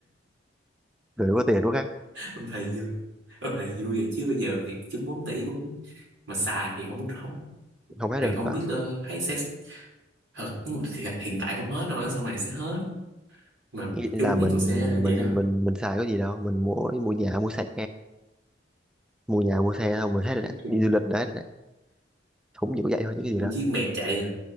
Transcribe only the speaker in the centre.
rồi có tiền quá khác
không hết
được
hết
Nghĩ là
mình
mình
mình mình xài cái gì đâu mình mua mua nhà mua xe mua nhà mua xe thôi mình hết rồi
đấy
đi du lịch đấy rồi đấy không chỉ có vậy thôi chứ cái gì
đó